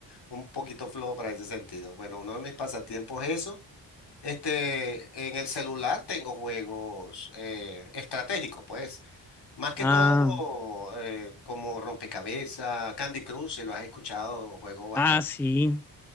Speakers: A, on the left; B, in the centre.
A: un poquito flojo para ese sentido. Bueno, uno de mis pasatiempos es eso. Este, en el celular tengo juegos eh, estratégicos, pues. Más que
B: Ah,
A: todo eh, como rompecabezas, Candy Crush, si lo has escuchado, juego bastante.
B: ah, sí.